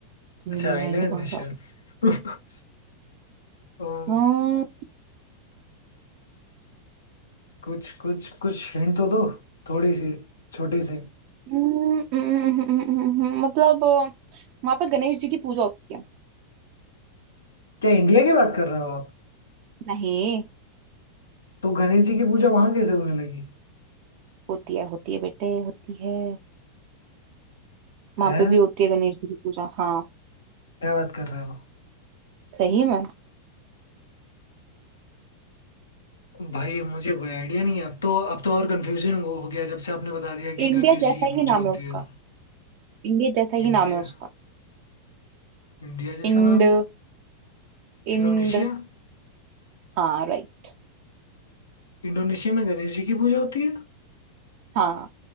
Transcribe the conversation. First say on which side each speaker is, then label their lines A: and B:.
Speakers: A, on the right; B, on the left.
A: फिनलैंड
B: अच्छा आइलैंड
A: कौन
B: नेशन
A: सा
B: <laughs> आ,
A: हम्म,
B: कुछ कुछ कुछ हिंट तो दो थोड़ी सी छोटी सी
A: हम्म, हम्म, हम्म, हम्म, मतलब वहां पे गणेश जी की पूजा होती है
B: क्या इंडिया की बात कर रहे हो
A: नहीं
B: तो गणेश जी की पूजा वहां कैसे होने लगी
A: होती है होती है बेटे होती है वहां
B: है
A: पे भी होती है गणेश जी की पूजा हाँ
B: क्या बात कर रहे हो
A: सही में
B: भाई मुझे कोई आइडिया नहीं है अब तो अब तो और कंफ्यूजन हो हो गया जब से आपने बता दिया कि
A: इंडिया
B: गणेश
A: जैसा
B: जी की पूजा
A: ही नाम
B: होती
A: है उसका
B: है
A: इंडिया जैसा
B: इंडिया
A: ही नाम है उसका
B: इंडिया जैसा
A: इंड
B: नाम है
A: इंड
B: इंडोनेशिया
A: हाँ राइट
B: इंडोनेशिया में गणेश जी की पूजा होती है
A: हाँ